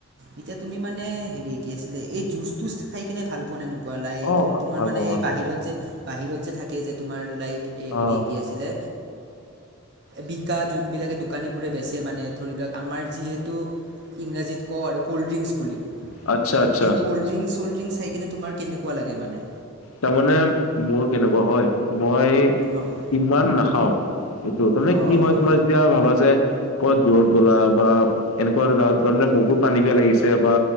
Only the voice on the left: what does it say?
অ
ভাল
পাওঁ ভাল
পাওঁ
অ।
আচ্ছা আচ্ছা
তাৰমানে মোৰ কেনেকুৱা হয় মই
ইমান নাখাও, এইটো তাৰমানে
কি হয়
তোমাৰ যেতিয়া ভাবা যে ক'ত দূৰত গলা বা এনেকুৱা গাঁৱত তাৰ মানে বহুত পানী পিয়াহ লাগিছে বা